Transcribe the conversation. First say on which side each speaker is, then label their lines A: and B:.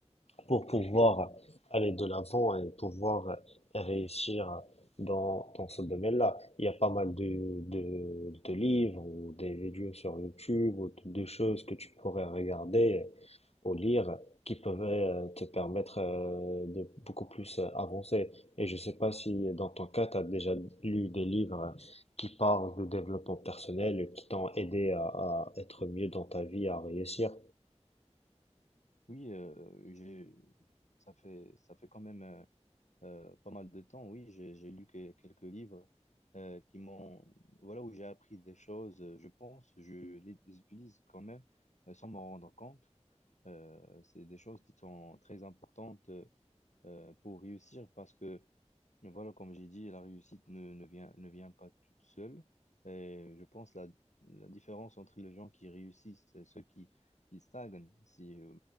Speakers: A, on the left; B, on the left.
A: pour pouvoir aller de l'avant et pouvoir réussir dans, dans ce domaine-là. Il y a pas mal de, de, de livres ou des vidéos sur YouTube ou de, de choses que tu pourrais regarder ou lire qui peuvent euh, te permettre euh, de beaucoup plus euh, avancer. Et je sais pas si dans ton cas, tu as déjà lu des livres qui parlent de développement personnel et qui t'ont aidé à, à être mieux dans ta vie, à réussir.
B: Oui, euh, j'ai, ça fait, ça fait quand même euh, euh, pas mal de temps. Oui, j'ai j'ai lu que- quelques livres euh, qui m'ont, voilà, où j'ai appris des choses, euh, je pense, je les les utilise quand même euh, sans m'en rendre compte. Euh, c'est des choses qui sont très importantes euh, euh, pour réussir parce que Mais Voilà, comme j'ai dit, la réussite ne, ne vient, ne vient pas toute seule. Et je pense la, la différence entre les gens qui réussissent et ceux qui, qui stagnent, c'est euh,